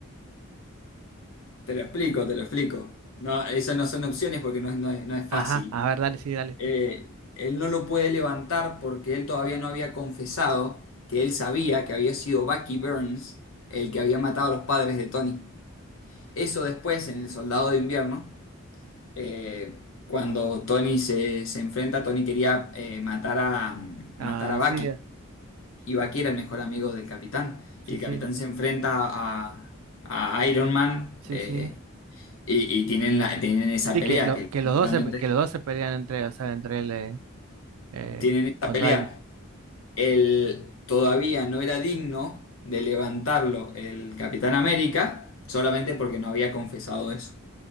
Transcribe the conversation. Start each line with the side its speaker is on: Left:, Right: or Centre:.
Left: Te lo explico, te lo explico. No, esas no son opciones porque no, es- no es no es fácil.
Right: ajá, a ver, dale, sí, dale.
Left: eh, él no lo puede levantar porque él todavía no había confesado que él sabía que había sido Bucky Burns el que había matado a los padres de Tony. Eso después en El Soldado de Invierno, eh, cuando Tony se, se enfrenta, Tony quería eh, matar a, matar
Right: Ah,
Left: a Bucky
Right: sí, eh,
Left: y Bucky era el mejor amigo del capitán.
Right: sí,
Left: Y el
Right: sí,
Left: capitán se enfrenta a, a Iron Man
Right: sí,
Left: eh,
Right: sí.
Left: y, y tienen, la- tienen esa
Right: Sí,
Left: pelea
Right: que, lo,
Left: que
Right: que, los dos
Left: realmente
Right: se, pe- que los dos se pelean entre, o sea, entre él eh, eh,
Left: tienen esa
Right: contra
Left: pelea.
Right: él.
Left: Él todavía no era digno de levantarlo el Capitán América solamente porque no había confesado eso.